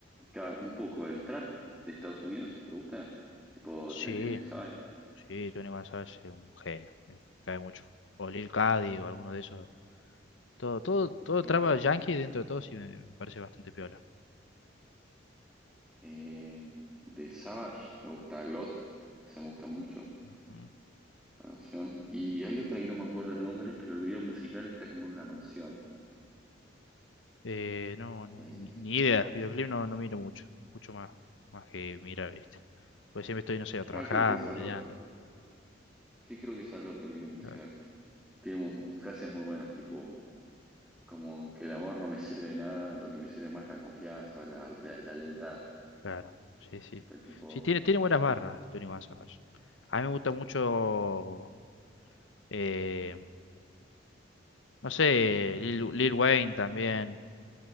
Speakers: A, in the centre; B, on the left (about 90°).
A: ca- un poco el trap de Estados Unidos, ¿te gusta? Tipo
B: Sí,
A: 21 Savage.
B: Sí, Tony González es un genio, me cae mucho. O Lil Cady o alguno de esos. Todo, todo, todo
A: Sí.
B: traba yankee dentro de todo sí me, me parece bastante piola.
A: Eh, de Savage me gusta Lot, se me gusta mucho.
B: Ujú.
A: Mansión. Y hay otra que no me acuerdo el nombre, pero el video musical está como en una mansión.
B: Eh, no, no,
A: Eh,
B: ni, ni idea. Videoclip no, no miro mucho. Escucho más, más que mirar, ¿viste? Porque siempre estoy, no sé, o trabajando,
A: ah, creo que es Alot.
B: boludeando.
A: Sí, creo que es Alot el video musical.
B: Claro,
A: Tiene mu- mu- frases muy buenas, tipo, como que el amor no me sirve de nada, lo que me sirve más es la confianza o la, la, la lealtad.
B: claro. Sí, sí.
A: Pues tipo,
B: Sí, tiene, tiene buenas barras, Tony González. A mí me gusta mucho, eh, no sé, Lil, Lil Wayne también.